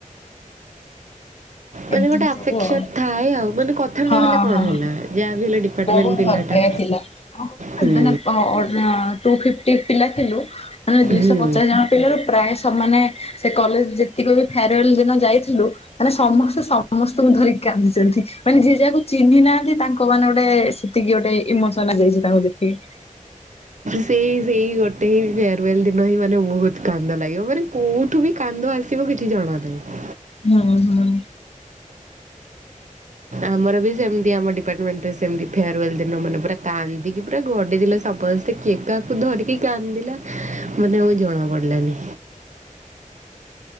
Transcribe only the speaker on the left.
ଏମିତି
ସବୁ ଆଉ
ହଁ
ହଁ।
ବହୁତ
ଭଲ ପାଇବା <unintelligible>
ଟୁ ଫିଫ୍ଟି ପିଲା ଥିଲୁ। ମାନେ ଦୁଇ
ଶହ ପଚାଶ ଜଣ ପିଲାରୁ ପ୍ରାୟ ସମାନେ ସେ କଲେଜ ଯେତିକି ବି ଫେୟାରୱାଲ୍ ଦିନ ଯାଇଥିଲୁ ମାନେ ସମସ୍ ସମସ୍ତଙ୍କୁ ଧରିକି କାନ୍ଦିଛନ୍ତି। ମାନେ ଯିଏ ଯାହାକୁ ଚିହ୍ନି ନାହାନ୍ତି ତାଙ୍କ ମାନେ ଗୋଟେ ଏତିକି ଗୋଟେ ଇମୋସନ ଆସିଯାଇଚି ତାଙ୍କୁ ଦେଖିକି।
ହୁଁ ହୁଁ।